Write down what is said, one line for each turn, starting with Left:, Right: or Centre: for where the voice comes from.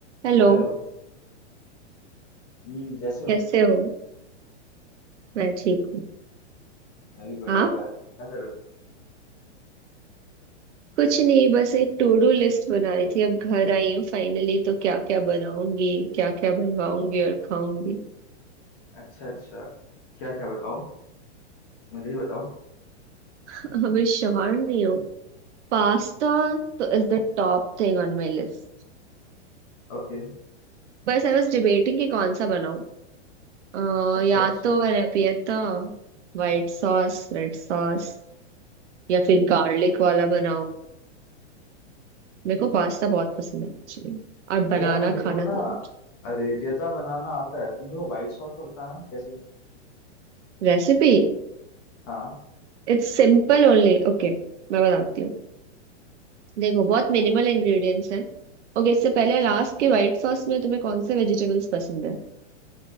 Right: हेलो
Left: Hello हम्म कैसे हो
Right: कैसे हो मैं ठीक हूँ
Left: मैं भी बढ़िया
Right: आप
Left: यार क्या कर रहे थे
Right: कुछ नहीं बस एक टू डू लिस्ट बना रही थी अब घर आई हूँ फाइनली तो क्या क्या बनाऊंगी क्या क्या बनवाऊंगी और खाऊंगी
Left: अच्छा अच्छा क्या क्या बताओ मुझे भी बताओ
Right: हमें श्योर नहीं हो पास्ता तो is the top thing on my list
Left: ओके
Right: बस आई वॉज डिबेटिंग कि कौन सा बनाऊं अह,
Left: अच्छा
Right: या
Left: अच्छा
Right: तो arrabbiata white sauce red sauce या फिर गार्लिक वाला बनाऊं मेरे को पास्ता बहुत पसंद है एक्चुअली और बनाना
Left: यार मेरे
Right: खाना
Left: को ना
Right: दोनों
Left: अरेबियता बनाना आता है तुम मेरे को व्हाइट सॉस का बताना कैसे बना
Right: Recipe
Left: हाँ
Right: It's simple only Okay मैं बताती हूँ देखो बहुत मिनिमल इंग्रेडिएंट्स हैं ओके इससे पहले लास्ट के व्हाइट सॉस में तुम्हें कौन से वेजिटेबल्स पसंद है